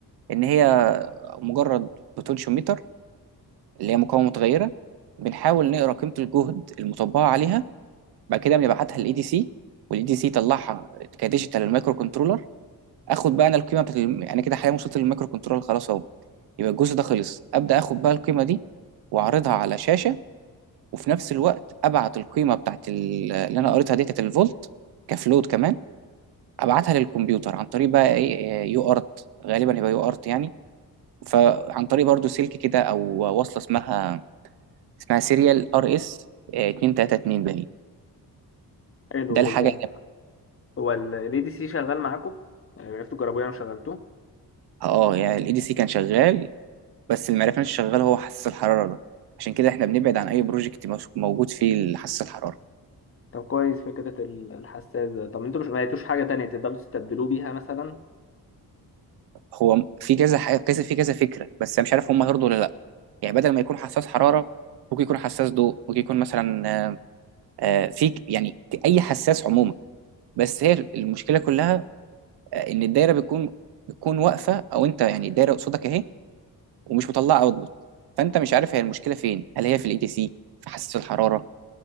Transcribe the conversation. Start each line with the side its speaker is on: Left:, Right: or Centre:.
Right: ان هي مجرد بوتنشيوميتر اللي هي مقاومه متغيره بنحاول نقرا قيمه الجهد المطبقه عليها بعد كده بنبعتها للاي دي سي والاي دي سي يطلعها كديجيتال للمايكرو كنترولر اخد بقى انا القيمه بتاعت الم- يعني كده حاليا وصلت للمايكرو كنترولر خلاص اهو يبقى الجزء ده خلص ابدا اخد بقى القيمه دي واعرضها على شاشه وفي نفس الوقت ابعت القيمه بتاعت ال- اللي انا قريتها دي بتاعت الفولت كفلوت كمان ابعتها للكمبيوتر عن طريق بقى ايه إيه، يو ارت غالبا هيبقى يو ارت يعني فعن طريق برضو سلك كده او وصله اسمها اسمها سيريال ار اس 232 باين
Left: حلو
Right: ده
Left: هو
Right: الحاجه
Left: هو ال- ال ADC شغال معاكم؟ آه، عرفتوا تجربوه يعني وشغلتوه؟
Right: اه يعني الاي دي سي كان شغال بس اللي معرفناش شغال هو حساس الحراره ده عشان كده احنا بنبعد عن اي بروجكت مش- موجود فيه حساس الحراره
Left: طب كويس فكرة ال- الحساس ده طب انتوا مش ما لقيتوش حاجة تانية تقدروا تستبدلوه بيها مثلا
Right: هو م- في كذا ح- كذا في كذا فكره بس أنا مش عارف هم هيرضوا ولا لا يعني بدل ما يكون حساس حراره ممكن يكون حساس ضوء ممكن يكون مثلا آه، آه، في ك- يعني ك- اي حساس عموما بس هي المشكله كلها آه، ان الدايره بتكون بتكون واقفه او انت يعني الدايره قصادك اهي ومش مطلعه اوتبوت فانت مش عارف هي المشكله فين هل هي في الاي تي سي في حساس الحراره